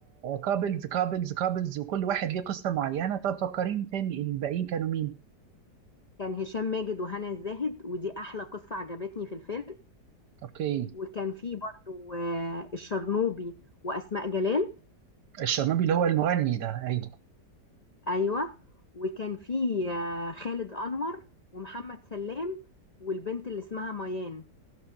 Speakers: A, on the right; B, on the left.
A: كابلز كابلز كابلز وكل واحد ليه قصه معينه طب فكريني تاني الباقيين كانوا مين
B: كان هشام ماجد وهنا الزاهد ودي احلى قصة عجبتني في الفيلم
A: اوكي
B: وكان في برضو آه، الشرنوبي وأسماء جلال
A: الشرنوبي اللي هو المغني ده ايوه
B: أيوة وكان في آه، خالد أنور ومحمد سلام والبنت اللي اسمها ميان